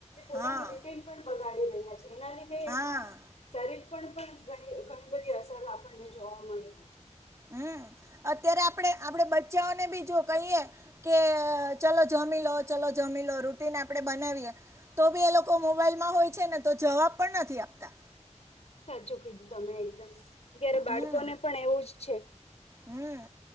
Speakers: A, on the left (about 60°); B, on the right (about 25°).
A: પોતાનું
B: હા
A: રૂટીન પણ બગાડી રહ્યા છે એના લીધે
B: હા
A: એના શરીર પણ પણ ઘણી ઘણી બધી અસર આપણને જોવા મળે.
B: હમ અત્યારે આપડે આપડે બચ્ચાઓને બી જો કહીએ કે ચલો જમી લો ચલો જમી લો રૂટીન આપડે બનાવીએ તો બી એ લોકો મોબાઈલમાં હોય છે ને તો જવાબ પણ નથી આપતા.
A: સાચું કીધું તમે એકદમ અત્યારે બાળકોને
B: હમ
A: પણ એવું જ છે.
B: હમ